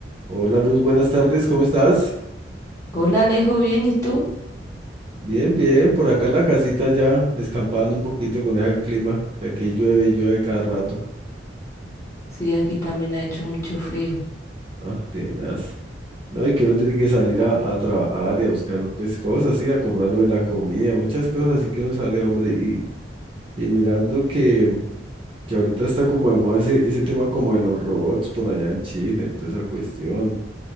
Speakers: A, on the right; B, on the left.
A: Hola Luz, buenas tardes, ¿cómo estás?
B: Hola Alejo, bien, ¿y tú?
A: Bien, bien, por acá en la casita ya, escampando un poquito con ese clima, que aquí llueve y llueve cada rato.
B: Sí, aquí también ha hecho mucho frío.
A: Ah, tenaz. No, y que uno tiene que salir a, a trabajar y a buscar pues cosas, sí, a comprar lo de la comida, muchas cosas, así que uno sale, hombre, y, y mirando que, que ahorita está como de moda ese, ese tema como de los robots por allá en China y toda esa cuestión.